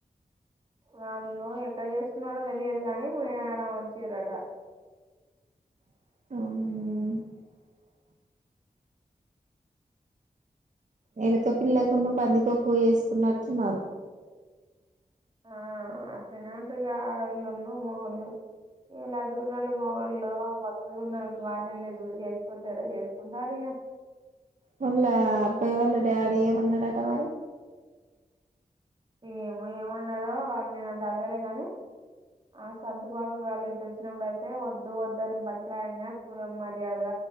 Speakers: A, on the right; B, on the right.
A: వాళ్ళు ఎక్కడ చేసుకున్నారో తెలియదు కాని మేడారం వచ్చేరుట
B: మ్ ఎలుక పిల్ల కొను పందికొక్కు చేసుకున్నట్టున్నారు
A: ఆ అట్లనే ఉంటదిగ ఆడళ్ళున్ను మొగుళ్ళ ఇలా అడుగునాళ్ళు మొగళ్ళ మొ ఎక్క ఉన్నారు భార్య లేదు చేసుకోట్లేరా చేసుకుంటార ఇగ <inaudible>
B: వాళ్ళ అబ్బాయి వాళ్ళ డాడీ ఏమన్నాడట మరి
A: ఏమో ఏమన్నారో వాళ్ళు నేను అంత అడగలే కానీ ఆ సంతబాబు వాళ్ళు ఇటు వచ్చినప్పుడుయితే వద్దు వద్దని బతిరాయినా కులం మర్యాద